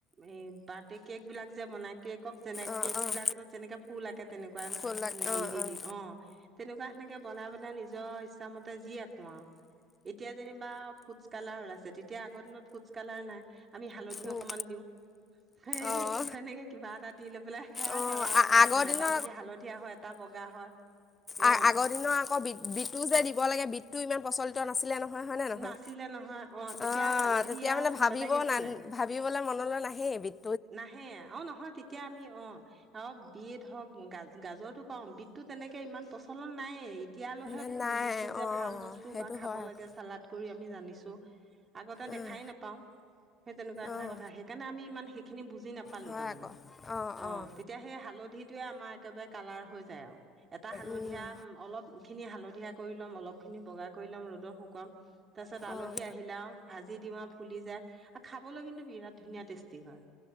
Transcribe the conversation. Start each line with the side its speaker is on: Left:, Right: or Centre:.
Right: হেই, বাৰ্থডে কেক বিলাক যে বনাই কেকক, যেনে
Left: অঁ
Right: কেক
Left: অঁ
Right: বিলাকত যেনেকে ফুল আঁকে তেনেকুৱা
Left: ফুলাক
Right: নে হেৰি
Left: অঁ
Right: দি
Left: অঁ
Right: যিয়ে, অ', তেনেকুৱা সেনেকে এতিয়া বনাই বনাই নিজৰ ইচ্ছামতে যি আঁকো আৰু, এতিয়া যেনিবা ফুডচ কালাৰ ওলাইছে। যে তেতিয়া আগৰ দিনত ফুডচ কালাৰ নাই। আমি হালধি
Left: উম
Right: অকণমান দিওঁ। সেই
Left: অঁ
Right: তেনেকে কিবা এটা দি লৈ পেলাই সেয়া
Left: অঁ
Right: কালাৰ বনাই
Left: আগৰ
Right: থওঁ,
Left: দিনৰ
Right: এটা যদি হালধীয়া হয় এটা বগা হয়।
Left: আ-আগৰ
Right: অ
Left: দিনৰ আকৌ বি-বিতটো যে দিব লাগে বিতটো ইমান প্ৰচলিত নাছিলে নহয়। হয় নে নহয়?
Right: নাছিলে নহয় অ তেতিয়া
Left: অ',
Right: হালধি
Left: তেতিয়া
Right: আৰু
Left: মানে ভাবিব
Right: বেলেগ একো
Left: না-ভাবিবলৈ
Right: নাই
Left: মনলৈ নাহেই এবিধ
Right: নাহে। অ', নহয়, তেতিয়া আমি অ' অ', বিত হওঁক গাজ-গাজৰটো কম বিতটো তেনেকে ইমান প্ৰচলন নায়েই। তিয়ালৈহে
Left: না নাই
Right: বিতটো যে
Left: অঁ
Right: ভাল বস্তু
Left: সেইটো
Right: বা খাব
Left: হয় আকৌ
Right: লাগে চালাদ কৰি আমি জানিছো। আগতে দেখাই
Left: অঁ
Right: নাপাওঁ, সেই তেনেকুৱা নিচিনা
Left: অঁ
Right: কথা। সেইকাৰণে আমি ইমান শিক্ষ খিনি বুজি নাপালো
Left: হয়
Right: তাৰমানে।
Left: আকৌ অঁ
Right: অ'
Left: অঁ
Right: তেতিয়া সেই হালধিটোৱে আমাৰ একেবাৰে কালাৰ হৈ যায় আও এটা হালধীয়া
Left: উম
Right: অলপ ইখিনি হালধীয়া কৰি লম, অলপ খিনি বগা কৰি ল'ম। ৰ'দৰ শুকোৱাম, তাৰ পিছত আলহী
Left: অঁ
Right: আহিলে আও ভাজি দিওঁ আৰু ফুলি যায় আৰু খাবলৈ কিন্তু বিৰাট ধুনীয়া টেষ্টি হয়।